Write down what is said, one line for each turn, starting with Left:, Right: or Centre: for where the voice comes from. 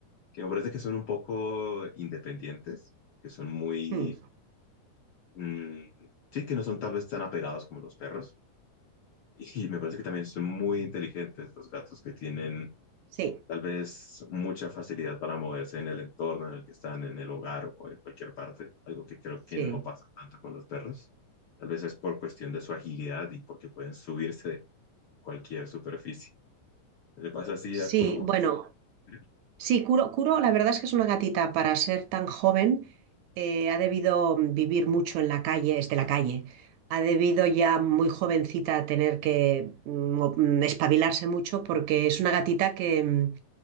Left: que me parece que son un poco independientes, que son muy,
Right: mm,
Left: mm, sí, que no son tal vez tan apegados como los perros. <laughs> Y me parece que también son muy inteligentes los gatos que tienen
Right: sí,
Left: tal vez mucha facilidad para moverse en el entorno en el que están, en el hogar o en cualquier parte, algo que creo que
Right: sí.
Left: no pasa tanto con los perros. Tal vez es por cuestión de su agilidad y porque pueden subirse de cualquier superficie. Le pasa así
Right: Sí,
Left: a Kuro.
Right: bueno,
Left: <laughs>
Right: Sí, Kuro, Kuro, la verdad es que es una gatita para ser tan joven, eh, ha debido vivir mucho en la calle, es de la calle, ha debido ya muy jovencita tener que mm, mo- mm, espabilarse mucho porque es una gatita que, mm,